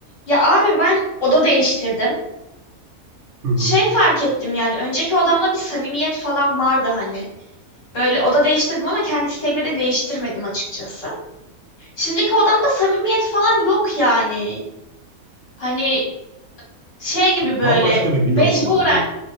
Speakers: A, on the left; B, on the right.
A: Ya abi ben oda değiştirdim.
B: Hı hı.
A: Şey fark ettim yani önceki odamda bir samimiyet falan vardı hani. Böyle oda değiştirdim ama kendi isteğimle de değiştirmedim açıkçası. Şimdiki odamda samimiyet falan yok yani. Hani şey gibi böyle
B: Bambaşka bir
A: mecburen
B: bir dörtlüme bu.